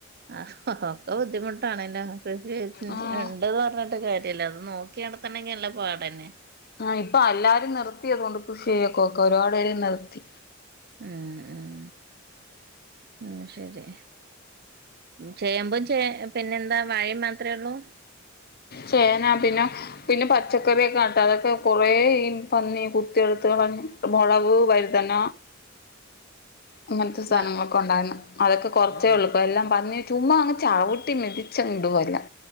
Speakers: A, on the right; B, on the left.
A: ആഹ് ഒക്കെ ബുദ്ധിമുട്ടാണല്ലോ കൃഷി <unintelligible>
B: ആഹ്
A: ഇണ്ട്ന്ന് പർൺട്ട് കാര്യ ര്യ ഇല്ല അത് നോക്കി നട്ത്തണെങ്കി നല്ല പാടെന്നെ
B: ആഹ് ഇപ്പ അല്ലാരും നിർത്തി അതോണ്ട് കൃഷി ചെയ്യക്കോക്കെ ഒരുപാട് പേര് നിർത്തി
A: ഉം ഉം ഉം ശരി ചേമ്പും ചേ പിന്നെ എന്താ വാഴിം മാത്രേ ഒള്ളു
B: ചേന പിന്നെ പിന്നെ പച്ചക്കറിയൊക്കെ നട്ട് അതൊക്കെ കുറെ ഈ പന്നി കുത്തിയെട്ത്ത് കളഞ്ഞു പ മൊളക് വഴ്തന അങ്ങൻത്തെ സാനങ്ങളൊക്കെ
A: വ
B: ഒണ്ടായിരുന്നു അതൊക്കെ കൊറച്ചെ
A: ആഹ്
B: ഒള്ളു ഇപ്പ എല്ലാം പന്നി ചുമ്മാ അങ്ങ് ചവിട്ടി മെതിച്ച് അങ്ങ് ഇടുവാ എല്ലാം